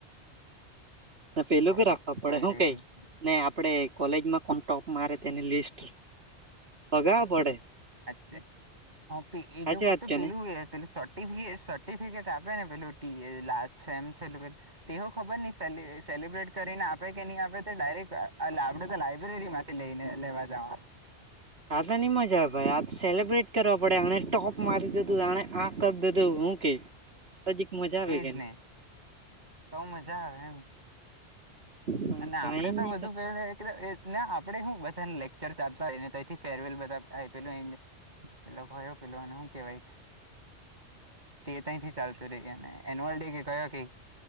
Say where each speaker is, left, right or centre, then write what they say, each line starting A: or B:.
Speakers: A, on the right (about 60°); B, on the right (about 40°).
A: તો પેલું
B: ખરું
A: બી રાખવા પડે
B: કઈ
A: હું
B: રે
A: કેય.
B: નહી
A: ને આપડે કોલેજમાં પણ ટોપ મારે તેને લિસ્ટ લગાવા પડે.
B: અચ્છા, હ પ એ
A: સાચી
B: લોકો
A: વાત
B: તો
A: કે
B: પેલું
A: નહી
B: પેલુ શો ટિફિએ સર્ટિફિકેટ આપે ને પેલું ટી એ લાસ્ટ છે એમ છે પેલું. તેઓ ખબર નહી સેલી સેલિબ્રેટ કરીને આપે કે નહી આપે તો ડાયરેક્ટ લા આપડે તો લાયબ્રેરીમાંથી. તે લઈને લેવા જાવાનું.
A: આા તો નઈ મજા આવે ભાઈ આ સેલિબ્રેટ કરવા પડે આણે ટોપ મારી દીધું આણે આ કરી દીધું હું કે.
B: હ <inaudible>
A: તો જીક મજા
B: તેજ
A: આવે કે ન
B: ને તો મજા આવે એમ.
A: પણ
B: અને આપડે
A: કઈ
B: તો
A: નહી
B: બધું પલે એટલે ને આપડે હુ બધાને લેક્ચર ચાલતાએ ને તઈ થી ફેરવેલ બધા આઇ પેલું અહીં જ. પેલો કયો પેલો એને હું કેવાય તે તઈ થી ચાલતું રઇ એને. એન્યુઅલ ડે કે કયો કે